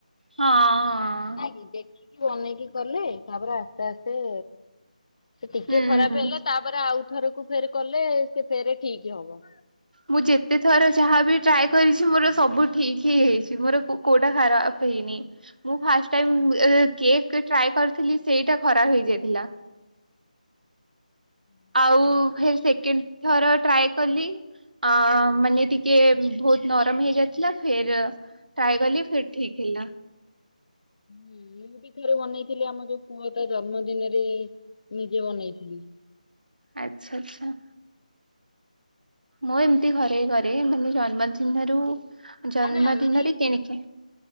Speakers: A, on the right; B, on the left.
A: ହଁ ହଁ।
B: ନାଇଁ ଦେଖିକି ବନେଇକି କଲେ ତାପରେ ଆସ୍ତେ ଆସ୍ତେ। ସେ ଟିକେ
A: ହୁଁ
B: ଖରାପ
A: ହୁଁ
B: ହେଲେ ତାପରେ ଆଉ ଥରକୁ ଫେର କଲେ ସେ ଫେର ଠିକ୍ ହବ।
A: ମୁଁ ଯେତେ ଥର ଯାହାବି ଟ୍ରାଏ କରିଛି ମୋର ସବୁ ଠିକ ହି ହେଇଛି ମୋର କୁ କୋଉଟା ଖରାପ ହେଇନି। ମୁଁ ଫାଷ୍ଟ ଟାଇ କେକ୍ ଟ୍ରାଏ କରିଥିଲି ସେଇଟା ଖରାପ ହେଇଯାଇଥିଲା।
B: ହୁଁ
A: ଆଉ ଫେରେ ସେକେଣ୍ଡ ଥର ଟ୍ରାଏ କଲି ଅ ମାନେ ଟିକେ ବହୁତ ନରମ ହେଇଯାଇଥିଲା ଫେର୍ ଟ୍ରାଏ କଲି ଫିର ଠିକ ହେଲା।
B: ହୁଁ ମୁଁ ବି ଥରେ ବନେଇଥିଲି ଆମ ଯୋଉ ପୁଅ ତା ଜନ୍ମଦିନରେ ନିଜେ ବନେଇଥିଲି।
A: ଆଚ୍ଛା ଆଚ୍ଛା। ମୁଁ ଏମିତି ଘରେ କରେ। ମାନେ ଜନ୍ମଦିନରୁ ଜନ୍ମଦିନରେ
B: ନା ନା ମାନେ,
A: କିଣିକି